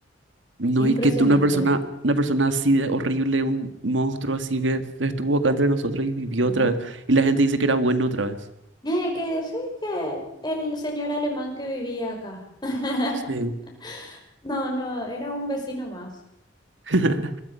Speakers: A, on the right; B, on the left.
A: No,
B: es impresionante.
A: y que tú una persona, una persona así de horrible, un monstruo así que estuvo acá entre nosotros y vivió
B: ¿Ver?
A: otra vez. Y la gente dice que era bueno otra vez.
B: Eh, que sí, que el señor alemán que vivía acá. <laughs>
A: Sí.
B: No, no, era un vecino más.
A: <laughs>